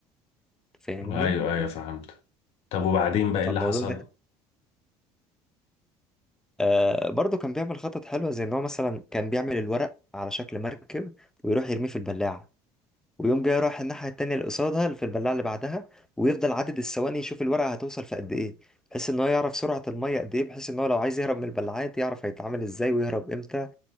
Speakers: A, in the centre; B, on the left.
A: فاهمني
B: ايوه ايوه فهمت طب وبعدين بقى ايه
A: فالموضوع
B: اللي حصل
A: ده آه برضه كان بيعمل خطط حلوه زي ان هو مثلا كان بيعمل الورق على شكل مركب ويروح يرميه في البلاعه ويوم جاي رايح الناحيه التانيه اللي قصادها في البلاعه اللي بعدها ويفضل عدد الثواني يشوف الورقه هتوصل في قد ايه بحيث ان هو يعرف سرعه الميه قد ايه بحيث ان هو لو عايز يهرب من البلاعات يعرف هيتعامل ازاي ويهرب امتى